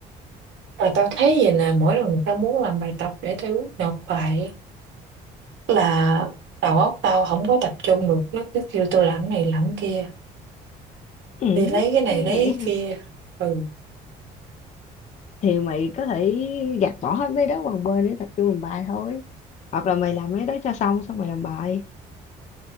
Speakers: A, on the right; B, on the left.
A: mà tao thấy vậy nè mỗi lần tao muốn làm bài tập để tao nộp bài á là đầu óc tao không có tập trung được nó cứ kêu tôi làm cái này làm cái kia
B: Ừ,
A: đi lấy cái này
B: vậy
A: lấy cái kia
B: hả?
A: ừ
B: Thì mày có thể gạt bỏ hết mấy đó qua một bên để tập trung làm bài thôi. Hoặc là mày làm mấy đó cho xong xong mày làm bài.